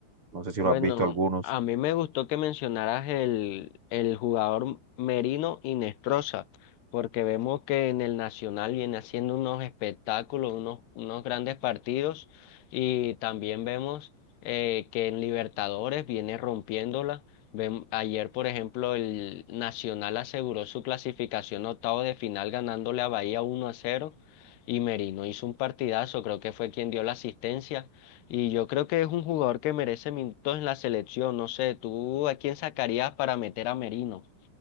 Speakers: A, on the right (about 25°); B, on the left (about 60°).
A: No sé si lo
B: Bueno,
A: has visto algunos.
B: a mí me gustó que mencionaras el, el jugador Merino y Inestrosa, porque vemos que en el Nacional viene haciendo unos espectáculos, unos, unos grandes partidos, y también vemos eh, que en Libertadores viene rompiéndola. Vem- ayer, por ejemplo, el Nacional aseguró su clasificación a octavo de final ganándole a Bahía uno a cero y Merino hizo un partidazo, creo que fue quien dio la asistencia. Y yo creo que es un jugador que merece minutos en la selección. No sé, ¿tú a quién sacarías para meter a Merino?